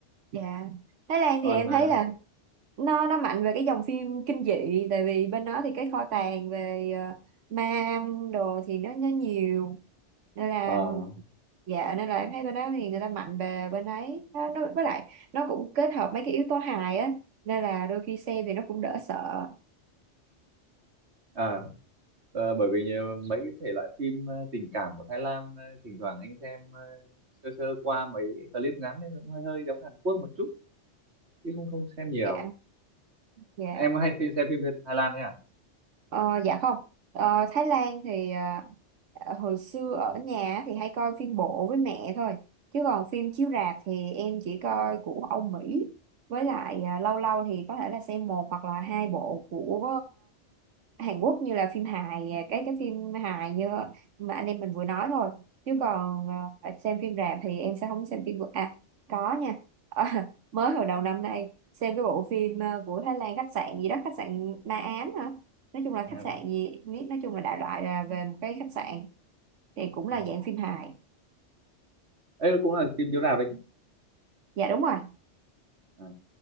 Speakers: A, on the right; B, on the right.
A: Dạ. Thái Lan
B: còn
A: thì em
B: ờ,
A: thấy là nó nó mạnh về cái dòng phim kinh dị tại vì bên đó thì cái kho tàng về ờ, ma đồ thì nó nó nhiều nên là
B: Ờ,
A: dạ nên là em thấy bên đó thì người ta mạnh về bên ấy nó, nó với lại nó cũng kết hợp mấy cái yếu tố hài á nên là đôi khi xem thì nó cũng đỡ sợ
B: à, ờ, bởi vì nhiều- mấy cái thể loại phim ờ, tình cảm của Thái Lan ờ, thỉnh thoảng anh xem ờ, sơ sơ qua mấy clip ngắn ấy cũng hơi hơi giống Hàn Quốc một chút chứ không không xem nhiều
A: dạ dạ
B: em có hay phim xem phim Thái Lan ấy à,
A: Ờ, dạ không. Ờ, Thái Lan thì à, ờ, hồi xưa ở nhà thì hay coi phim bộ với mẹ thôi. Chứ còn phim chiếu rạp thì em chỉ coi của Âu Mỹ. Với lại à, lâu lâu thì có thể là xem một hoặc là hai bộ của ờ, Hàn Quốc như là phim hài, à, cái cái phim hài như mà anh em mình vừa nói thôi. Chứ còn à, xem phim rạp thì em sẽ không xem phim vừa. À, có nha. Ờ, <laughs> mới hồi đầu năm nay xem cái bộ phim à, của Thái Lan khách sạn gì đó, khách sạn Na Ám hả? nói chung là
B: à
A: khách sạn gì nói chung là đại loại là về một cái khách sạn thì cũng là
B: ừ.
A: dạng phim hài
B: ấy cũng là phim chiếu rạp đấy chứ.
A: dạ đúng rồi
B: à.